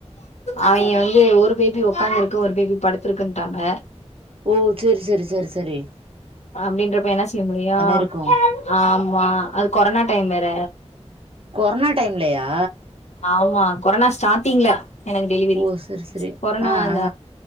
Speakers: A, on the left (about 80°); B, on the right (about 55°).
A: அவுங்க வந்து ஒரு பேபி உக்காந்துருக்கு ஒரு பேபி படுத்திருக்குட்டாங்க
B: ஓ சேரி சேரி சேரி சேரி
A: அப்டின்றப்ப என்ன செய்ய முடியு
B: இருக்கு
A: ஆமா அது கொரானா டைம் வேற
B: கொரனா டைம்லயா
A: ஆமா கொரனா ஸ்டார்டிங்ல எனக்கு டெலிவிரி
B: ஓ செரி செரி
A: கொரனா
B: ஆ
A: இந்த
B: ஆ